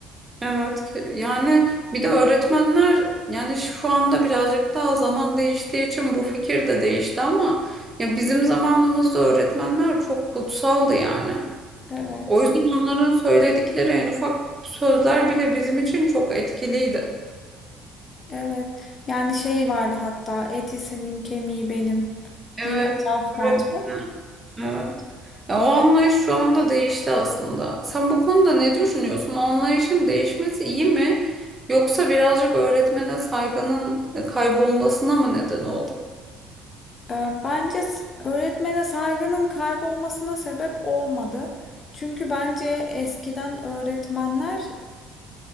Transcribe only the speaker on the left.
Evet.
Evet. Yani şey vardı hatta eti senin kemiği benim diye
bir laf vardı.
Ee, bence s- öğretmene saygının kaybolmasına sebep olmadı. Çünkü bence eskiden öğretmenler